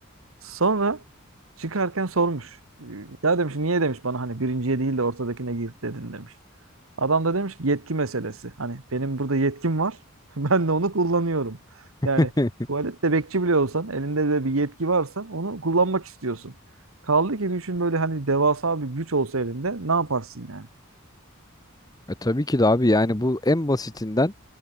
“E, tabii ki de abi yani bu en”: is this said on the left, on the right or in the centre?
Left